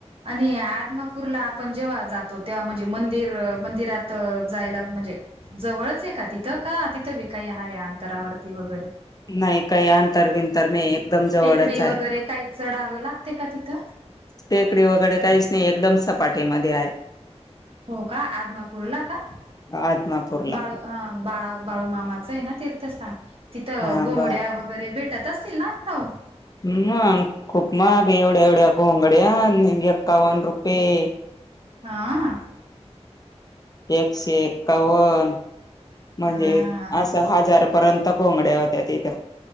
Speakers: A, on the right (about 55°); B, on the left (about 35°).
A: आणि आदमापूरला आपण जेव्हा जातो तेव्हा म्हणजे मंदिर मंदिरात जायला म्हणजे. जवळच आहे का तिथं का तिथं विकाई हा आहे अंतरावरती वगैरे.
B: नाही काही अंतर बिंतर नाही एकदम जवळच
A: टेकडी
B: आहे.
A: वगैरे काही चढावं लागते का तिथं
B: टेकडी वगैरे काहीच नाही एकदम सपाटीमध्ये आहे.
A: हो का आदमापूरला का
B: आदमापूरला
A: बाळू. बा बाळूमामाचं आहे ना तीर्थस्थान तिथं
B: हा
A: घोंगड्या
B: बर
A: वेगेर. वगैरे भेटत असतील ना इथऊ
B: मग खूप महाग एवढ्या एवढ्या घोंगड्या एक्कावन रुपये.
A: हां
B: एकशे एक्कावन म्हणजे
A: हा
B: असा हजार पर्यंत घोंगड्या होत्या तिथं.